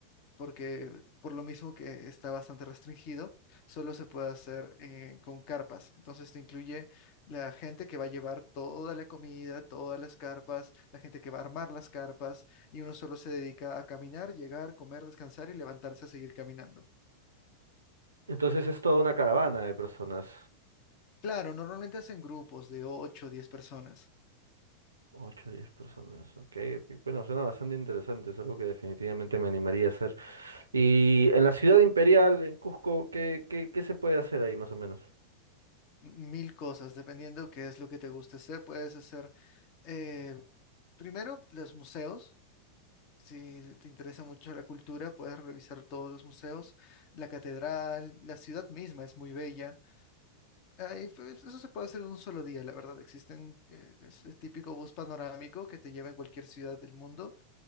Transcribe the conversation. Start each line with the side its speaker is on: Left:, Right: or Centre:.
Left: porque por lo mismo que está bastante restringido, solo se puede hacer eh, con carpas. Entonces te incluye la gente que va a llevar toda la comida, todas las carpas, la gente que va a armar las carpas, y uno solo se dedica a caminar, llegar, comer, descansar y levantarse a seguir caminando.
Right: Entonces es toda una caravana de personas.
Left: Claro, normalmente hacen grupos de 8, o 10 personas,
Right: 8, diez personas. Ok, ok. Bueno, suena bastante interesante. Es algo que definitivamente me animaría a hacer. Y en la ciudad imperial, en Cusco, ¿qué, qué, qué se puede hacer ahí más o menos?
Left: m- mil cosas, dependiendo qué es lo que te guste hacer. Puedes hacer eh, primero los museos. Si te interesa mucho la cultura, puedes revisar todos los museos, la catedral, la ciudad misma es muy bella. Ahí, pues, eso se puede hacer en un solo día, la verdad. Existen eh, ese típico bus panorámico que te lleva en cualquier ciudad del mundo